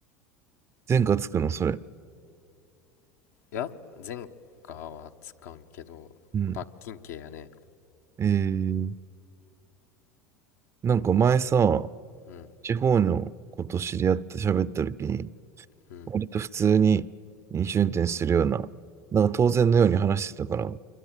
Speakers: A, on the right; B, on the left.
A: 前科つくの、それ。
B: いや、前科はつかんけど、
A: うん。
B: 罰金刑やね。
A: えー、なんか前さ、
B: うん、
A: 地方のこと知り合って喋った時に、
B: うん。
A: 割と普通に飲酒運転するような、なんか当然のように話してたから、